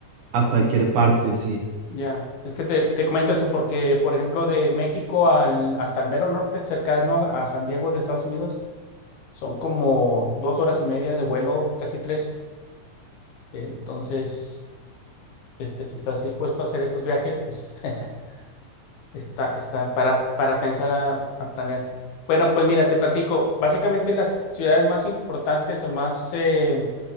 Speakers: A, on the right; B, on the left.
A: a cualquier parte, sí,
B: Ya, es que te, te comento eso porque, por ejemplo, de México al, hasta el mero norte, cercano a San Diego de Estados Unidos, son como dos horas y media de vuelo, casi tres. Entonces, este, si estás dispuesto a hacer esos viajes, pues <laughs> está, está para, para pensar a, a planear. Bueno, pues mira, te platico. Básicamente las ciudades más importantes o más eh,